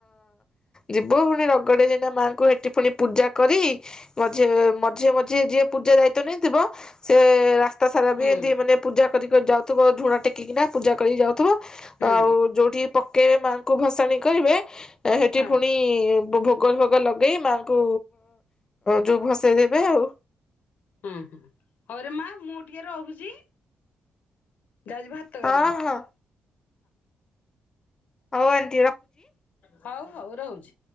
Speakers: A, on the left; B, on the left.
A: ଯିବୁ ପୁଣି ରଗଡେ ଜେନା ମାଙ୍କୁ ହେଠି ପୁଣି ପୂଜା କରି ମଝି ମଝିରେ ମଝିରେ ଯିଏ ପୂଜା ଦାୟିତ୍ୱ ନେଇଥିବ ସେ ରାସ୍ତା ସାରା
B: ହୁଁ
A: ବି ଏମିତି ମାନେ ପୂଜା କରି କରି ଯାଉଥିବ ଝୁଣା ଟେକିକିନା ପୂଜା କରି ଯାଉଥିବ
B: ହୁଁ
A: ଆଉ ଯୋଉଠି ପକେଇବେ ମାଙ୍କୁ ଭସାଣି କରିବେ ହେଠି
B: ହଁ
A: ପୁଣି ଭୋଗ ଫୋ ଗ ଲଗେଇ ମାଆଙ୍କୁ ଯୋଉ ଭସେଇ ଦେବେ ଆଉ।
B: ହୁଁ ହୁଁ ହଉରେ ମା ମୁଁ ଟିକେ ରହୁଛି। ଯାଉଛିି ଭାତ
A: ହଁ
B: ଗାଳିବି।
A: ହଁ ଅଉୟାନ୍
B: ହଉ ହଉ ହଉ ରହୁଛି।